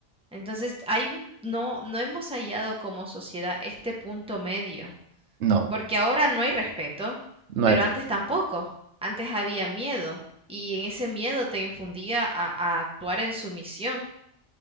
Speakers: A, in the centre; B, on the right (about 75°).
A: Entonces, hay, no, no hemos hallado como sociedad este punto medio,
B: No,
A: porque ahora no hay respeto,
B: no
A: pero
B: era.
A: antes tampoco. Antes había miedo y en ese miedo te infundía a, a actuar en sumisión.